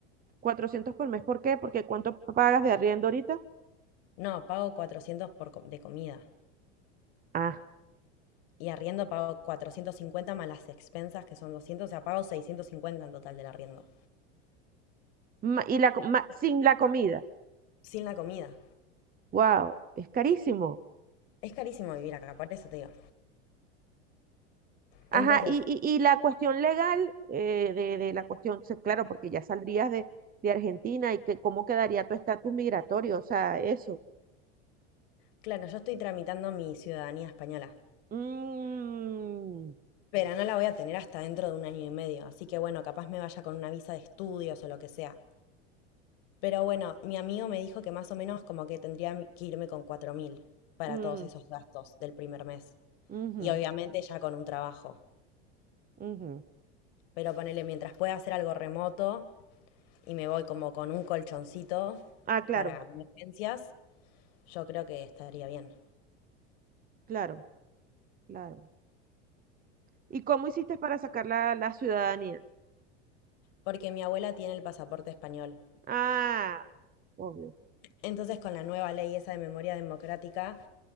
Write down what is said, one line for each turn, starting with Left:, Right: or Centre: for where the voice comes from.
Right: cuatrocientos por mes. ¿Por qué? Porque ¿cuánto pagas de arriendo ahorita?
Left: No, pago cuatrocientos por co- de comida.
Right: Ah,
Left: Y arriendo pago 450 más las expensas que son doscientos, O sea, pago 650 en total del arriendo.
Right: ma- y la, co- ma- sin la comida.
Left: Sin la comida.
Right: Wow, es carísimo.
Left: Es carísimo vivir acá, por eso te digo.
Right: Ajá,
Left: Entonces,
Right: y, y, y la cuestión legal eh, de, de la cuestión, se- claro, porque ya saldrías de, de Argentina y que, cómo quedaría tu estatus migratorio, o sea, eso.
Left: claro, yo estoy tramitando mi ciudadanía española.
Right: Mm,
Left: Pero no la voy a tener hasta dentro de un año y medio. Así que bueno, capaz me vaya con una visa de estudios o lo que sea. Pero bueno, mi amigo me dijo que más o menos como que tendría que irme con 4.000 para
Right: mm,
Left: todos esos gastos del primer mes.
Right: ujú,
Left: Y obviamente ya con un trabajo.
Right: ujú.
Left: Pero ponele, mientras pueda hacer algo remoto y me voy como con un colchoncito
Right: Ah, claro,
Left: para emergencias, yo creo que estaría bien.
Right: claro, claro. ¿Y cómo hiciste para sacar la, la ciudadanía?
Left: Porque mi abuela tiene el pasaporte español.
Right: Ah, obvio.
Left: Entonces con la nueva ley esa de memoria democrática,